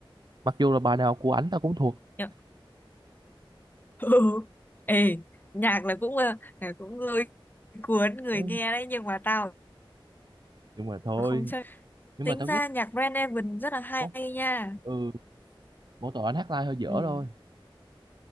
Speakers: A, on the right; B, on the left.
A: mặc dù là bài nào của ảnh tao cũng thuộc
B: nhở? <laughs> ừ. ê nhạc là cũng ờ, là cũng lôi cuốn người
A: Ừ,
B: nghe đấy nhưng mà tao
A: nhưng mà thôi
B: không chơi
A: nhưng
B: tính
A: mà tao
B: ra
A: ghét
B: nhạc Brand Evan rất là hay
A: có-
B: nha
A: ừ mỗi tội anh hát live hơi dở
B: ừ.
A: thôi